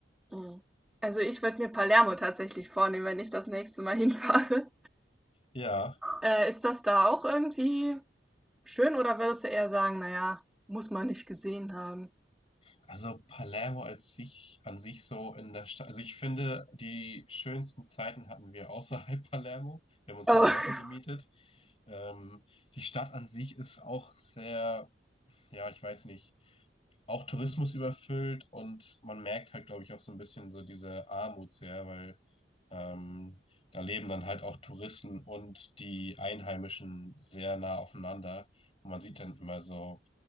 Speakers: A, in the centre; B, on the left.
A: Mhm. Also, ich würde mir Palermo tatsächlich vornehmen, wenn ich das nächste Mal <laughs> hinfahre.
B: Ja,
A: Äh, ist das da auch irgendwie schön oder würdest du eher sagen, na ja, muss man nicht gesehen haben?
B: also Palermo als sich, an sich so in der Stadt. Also ich finde, die schönsten Zeiten hatten wir außerhalb <laughs> Palermo. Wir haben uns
A: Oh.
B: da ein Auto gemietet. Ähm, die Stadt an sich ist auch sehr, ja, ich weiß nicht. auch Tourismus überfüllt und man merkt halt, glaube ich, auch so ein bisschen so diese Armut sehr, weil ähm, da leben dann halt auch Touristen und die Einheimischen sehr nah aufeinander. Und man sieht dann immer so,